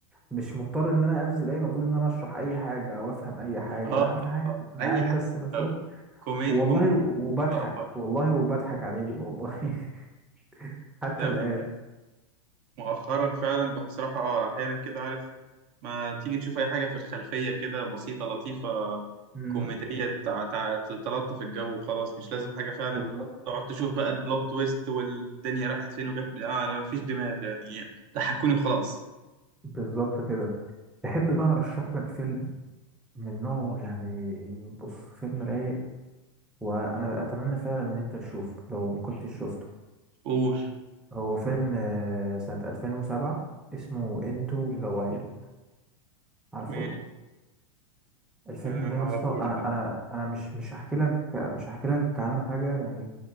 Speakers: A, in the centre; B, on the right (about 50°).
A: مش مضطر ان انا ابذل اي مجهود ان انا اشرح اي حاجه او افهم اي حاجه
B: اه
A: لا انا عادي
B: آه.
A: انا
B: اي
A: قاعد
B: حاجه
A: بس بشوف
B: كوميدي
A: والله
B: كوميدي
A: وبضحك
B: اه
A: والله وبضحك عليه والله <laughs> حتى
B: ده
A: الآن
B: مؤخرا فعلا بصراحة أحيانا كده عارف ما تيجي نشوف أي حاجة في الخلفية كده بسيطة لطيفة
A: امم
B: كوميدية تع- تع- تلطف الجو وخلاص مش لازم حاجة فعلا
A: بالظبط
B: تقعد تشوف بقى البلوت تويست والدنيا راحت فين وجت من- آه أنا مفيش دماغ يعني ضحكوني وخلاص
A: بالظبط كده تحب بقى ارشح لك فيلم من نوعه يعني بص فيلم رايق وانا اتمنى فعلا ان انت تشوفه لو ما كنتش شفته
B: قول
A: هو فيلم آه، سنة 2007 اسمه انتو ذا وايلد عارفه
B: مين
A: الفيلم
B: أنا
A: ده
B: ما
A: يا اسطى
B: أعرفوش
A: انا انا انا مش مش هحكي لك مش هحكي لك عنه حاجة يعني